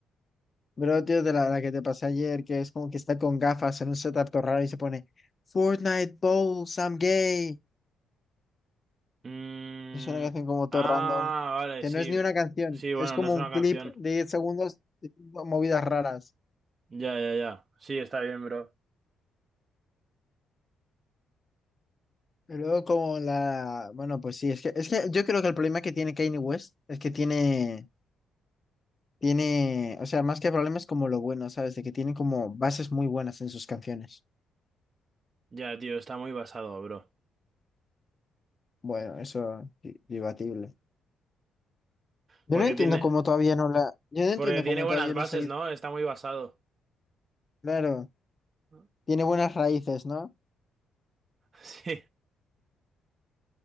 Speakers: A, on the left (about 30°); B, on the right (about 40°).
A: pero tío, de la, la que te pasé ayer, que es como que está con gafas en un setup todo raro y se pone Fortnite Bowl, I'm gay.
B: Mm,
A: Es una canción como todo
B: Ah,
A: random,
B: vale,
A: que
B: sí.
A: no es ni una canción,
B: Sí, bueno,
A: es como
B: no es
A: un
B: una
A: clip
B: canción.
A: de 10 segundos diciendo movidas raras.
B: Ya, ya, ya. Sí, está bien, bro.
A: Y luego como la... Bueno, pues sí, es que, es que yo creo que el problema que tiene Kanye West es que tiene... Tiene, o sea, más que problemas como lo bueno, ¿sabes? De que tiene como bases muy buenas en sus canciones.
B: Ya, tío, está muy basado, bro.
A: Bueno, eso di- debatible. Yo
B: Porque
A: no entiendo
B: tiene,
A: cómo todavía no la, yo no entiendo
B: porque tiene
A: cómo
B: buenas
A: todavía no
B: bases,
A: se ha ido.
B: ¿no? Está muy basado.
A: Claro,
B: <laughs>
A: tiene buenas raíces, ¿no?
B: Sí,